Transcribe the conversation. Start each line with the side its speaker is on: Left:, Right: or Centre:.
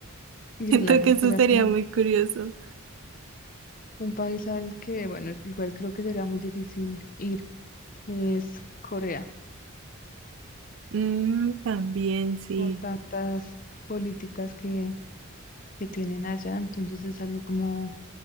Left: Irlanda
Right: Siento que eso
Left: será
Right: sería
Left: como
Right: muy curioso.
Left: un país al que, bueno, igual creo que sería muy difícil ir. Es Corea,
Right: Mm, también sí.
Left: por tantas políticas que, que tienen allá. Entonces es algo como